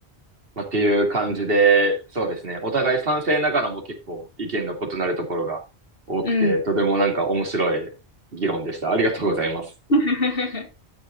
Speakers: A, on the right; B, on the left.
A: まあ、っていう感じで、そうですね。お互い賛成ながらも結構意見の異なるところが多くて、
B: うん。
A: とてもなんか面白い議論でした。ありがとうございます。
B: <laughs>